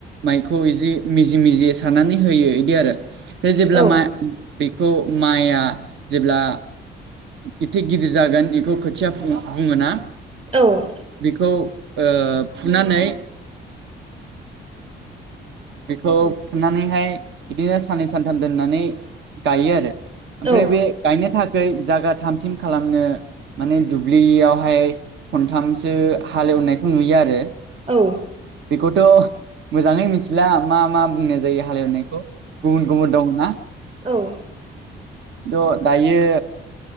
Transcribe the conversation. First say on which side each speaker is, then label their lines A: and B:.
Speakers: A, on the right; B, on the right.
A: माइखौ इजि मिजि मिजि सारनानै होयो इदि आरो बे जेब्ला
B: औ
A: मा बेखौ माइआ जेब्ला इथि गिदिर जागोन इखौ खोथिया फुं बुङो ना?
B: औ
A: बेखौ ओ फुनानै बेखौ फुनानैहाय इदिनो साननै सानथाम दोननानै गायो आरो ओमफ्राय
B: औ
A: बे गायनो थाखै जागा थामथिम खालामनो माने दुब्लियावहाय खनथामसो हालेवनायखौ नुयो आरो।
B: औ
A: बेखौथ' मोजाङै मिनथिला मा - मा बुंनो जायो हालेवनायखौ गुबुन - गुबुन दं ना?
B: औ
A: द' दायो